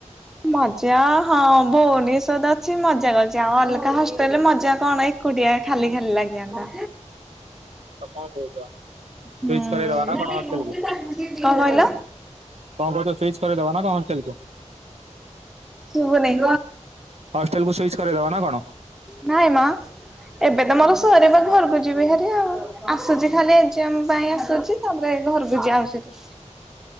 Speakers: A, in the centre; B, on the right (about 60°).
A: ମଜା ହଁ ଭଉଣୀ ସହ ତ ଅଛି ମଜା କରିଛି ଆଉ ଅଲଗା ହଷ୍ଟେଲରେ ମଜା କଣ ଏଇ କୁଟିଆ ଖାଲି ଖାଲି ଲାଗିଯନ୍ତା।
B: ଆଉ କଣ କହୁଛ?
A: ହୁଁ
B: ସୁଇଚ୍ କରେଇଦବା ନା
A: କଣ
B: କଣ ହଷ୍ଟେଲ କୁ
A: କହିଲ?
B: କଣ କହୁଛ ସୁଇଚ୍ କରିଦବା ନା ହଣ୍ଟେଲ କୁ?
A: ସୁଭ ନେଇ?
B: ହଷ୍ଟେଲ କୁ ସୁଇଚ୍ କରିଦେବା ନା କଣ?
A: ନାଇଁ ମା ଏବେ ତ ମୋର ସରିବ ଘରକୁ ଯିବି ଭାରି ଆଉ। ଆସୁଛି ଖାଲି ଏଗଜାମ୍ ପାଇଁ ଆସୁଛି ତାପରେ ଘରକୁ ଯଉ ସେଠୁ।